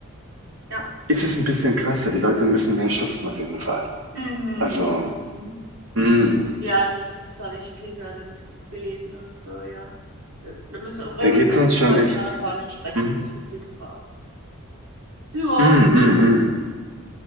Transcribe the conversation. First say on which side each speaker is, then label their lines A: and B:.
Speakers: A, on the right (about 85°); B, on the right (about 65°).
A: ja.
B: ist es ein bisschen krasser. Die Leute müssen mehr schuften auf jeden Fall.
A: Mhm.
B: Also,
A: Mhm.
B: mm,
A: Ja, das, das habe ich gehört und, gelesen und so, ja. Da müssen wir
B: da geht's uns
A: auch
B: schon
A: mal mit
B: echt.
A: meiner Freundin sprechen,
B: Mm,
A: wenn ich was lesen war. Ja,
B: mm, mm, mm.